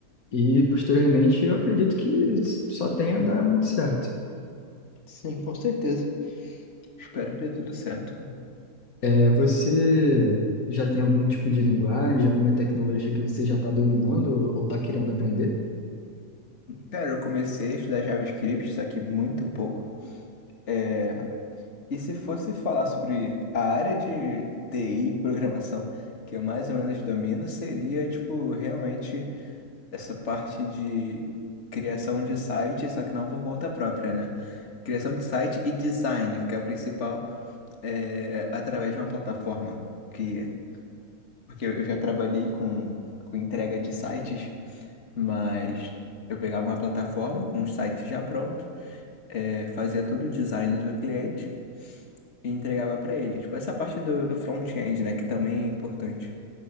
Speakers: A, on the left (about 60°); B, on the left (about 45°).
A: e posteriormente eu acredito que só tenha a dar muito certo.
B: Sim, com certeza. Espero que dê tudo certo.
A: É, você já tem algum tipo de linguagem, alguma tecnologia que você já está dominando ou está querendo aprender?
B: Cara, eu comecei a estudar JavaScript, só que muito pouco. É, E se fosse falar sobre a área de TI, e programação, que eu mais ou menos domino, seria, tipo, realmente essa parte de criação de site, só que não por conta própria, né? Criação de site e design, porque é o principal, é, através de uma plataforma que... Porque eu já trabalhei com, com entrega de sites, mas eu pegava uma plataforma com um site já pronto, é, fazia todo o design do cliente e entregava para ele. Tipo, essa parte do, do front-end, né, que também é importante.